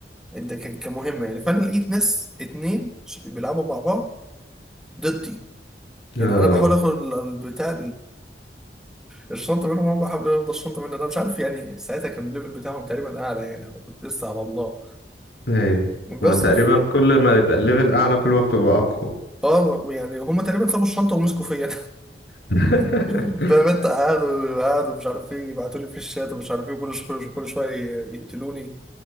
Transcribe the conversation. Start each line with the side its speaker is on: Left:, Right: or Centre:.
Centre: ده ك- كمهمه يعني فانا لقيت ناس اتنين ش- بيلعبوا مع بعض ضدي يعني
Left: اه
Centre: انا بحاول اخد ال- البتاع الشنطه منهم هم حاولوا ياخدوا الشنطه مني انا مش عارف يعني ساعتها كان الليفل بتاعهم تقريبا اعلى يعني انا كنت لسه على الله
Left: ايوه
Centre: بس
Left: هو تقريبا
Centre: ف-
Left: كل ما يبقى الليفل اعلى كل ما بتبقى اقوى
Centre: اه يعني هم تقريبا سابوا الشنطه ومسكوا فيا
Left: <laughs>
Centre: انا <laughs> فاهم انت قعدوا قعدوا مش عارف ايه يبعتوا لي في الشات ومش عارف ايه كل شويه كل شويه يقتلوني